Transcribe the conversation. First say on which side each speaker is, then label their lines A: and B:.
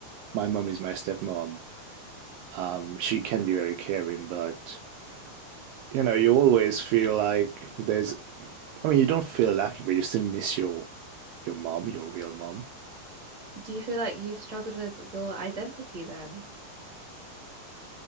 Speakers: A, on the right; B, on the right.
A: my mom is my stepmom, um, she can be very caring, but you know, you always feel like there's, I mean, you don't feel lacking, but you still miss your your mom, your real mom.
B: Do you feel like you've struggled with your identity then?